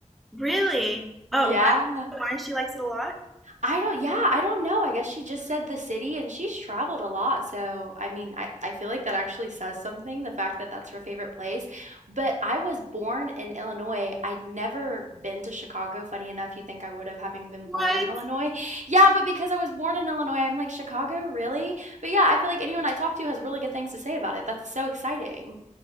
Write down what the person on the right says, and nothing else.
Yeah.
I don't yeah, I don't know. I guess she just said the city and she's traveled a lot. So, I mean, I, I feel like that actually says something, the fact that that's her favorite place. But I was born in Illinois. I'd never been to Chicago. Funny enough, you think I would have having been
born in Illinois. Yeah, but because I was born in Illinois, I'm like, Chicago, really? But yeah, I feel like anyone I talk to has really good things to say about it. That's so exciting.